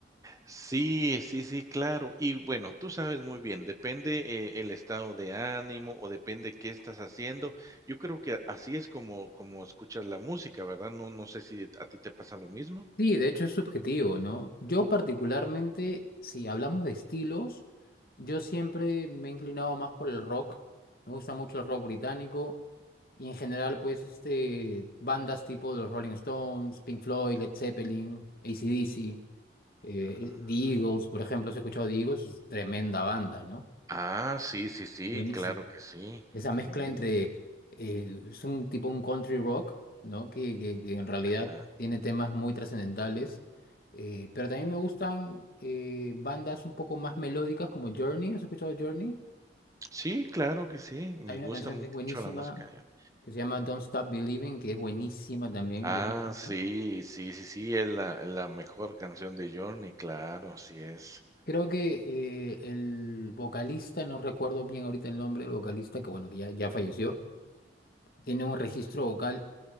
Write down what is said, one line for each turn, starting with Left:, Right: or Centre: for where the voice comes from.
Right: Sí, sí, sí, claro. Y bueno, tú sabes muy bien, depende eh, el estado de ánimo o depende qué estás haciendo. Yo creo que así es como, como escuchas la música, ¿verdad? No, no sé si a ti te pasa lo mismo.
Left: Sí, de hecho es subjetivo, ¿no? Yo particularmente, si hablamos de estilos, yo siempre me he inclinado más por el rock. Me gusta mucho el rock británico y en general, pues, este, bandas tipo de los Rolling Stones, Pink Floyd, Led Zeppelin, AC/DC, eh,
Right: Ajá.
Left: The Eagles, por ejemplo, ¿has escuchado The Eagles? Es tremenda banda, ¿no?
Right: Ah, sí, sí, sí,
Left: Buenísimo
Right: claro que sí.
Left: esa mezcla
Right: Mu-
Left: entre, eh, es un tipo un country rock, ¿no? Que, que- que en realidad
Right: ajá.
Left: tiene temas muy trascendentales, eh, pero también me gustan eh, bandas un poco más melódicas como Journey, ¿has escuchado Journey?
Right: Sí, claro que sí. Me
Left: Hay una
Right: gusta
Left: canción
Right: mucho
Left: que es buenísima,
Right: la música de Journey.
Left: que se llama Don't Stop Believing, que es buenísima también,
Right: Ah,
Left: buenísima.
Right: sí, sí, sí, sí, es la, la mejor canción de Journey, claro, así es.
Left: Creo que eh, el vocalista, no recuerdo bien ahorita el nombre del vocalista, que bueno, que ya, ya falleció, tiene un registro vocal